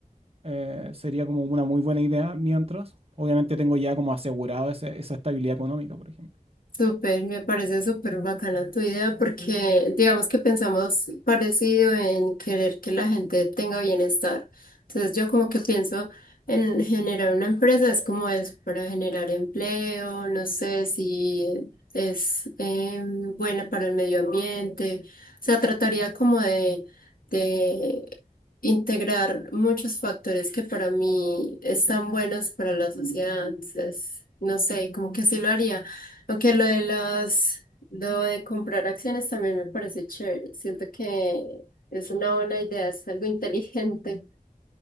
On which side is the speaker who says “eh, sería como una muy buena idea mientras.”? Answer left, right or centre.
Right